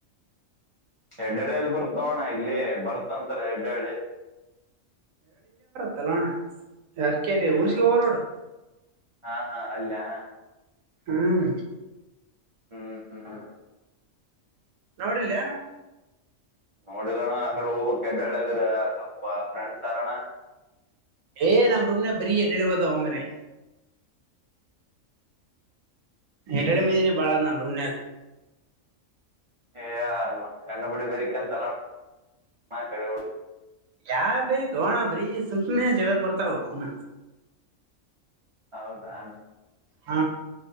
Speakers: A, on the right; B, on the right.
A: ಎಡ್ಳ್ಳಿಯಲ್ಲಿ ಬರ್ತಾವಣ ಇಲ್ಲಿ ಬರ್ತಂತಲ್ಲ ಎಡ್ಡಹಳ್ಳಿ.
B: ತಲ್ಲೋಣ ಯಾರ ಕ ರೀ
A: ಎಲ್ಲಿ
B: ಹುಣ್ಸಗ
A: ಅಣ್ಣ
B: ಹವರೋಡ್.
A: ಹಾ ಹಾ ಅಲ್ಲ ಹ.
B: ಹ್ಮ್
A: ಹ್ಮ್ ಹ್ಮ್
B: ನೋಡಿಲ್
A: ನೋಡಿರಣ್ಣ ಆ ಕಡೆ ಹೋಗ್ಕ್ ಕೆಡ್ಡಳ್ಳಗ್ರ ಸ್ವಪ ಫ್ರೆಂಡ್ಸ್ ಅಾರಣ್ಣ
B: ಏ ನಮ್ಮ್ ರೂಮ ನ ಬರಿ ಹೆಡಳಿವದಾವ ಮೇ್ರ ಎಟಡೆ ಮ ಬಳ ನ ರಮ
A: ಯ ಮ ಕಂಡು ಪುಡಿ ಬನ್ ತಲ ಕ
B: ಯಾವ ಬೇರೆ ಹೋಣ ಬ್ರಿ ಸುಮ್ಸುಮ್ಮನೆ ಜಗಕ್ ಬರ್ತಾವ ಅವಣ
A: ಹೌದ ಆಮೇ
B: ಹ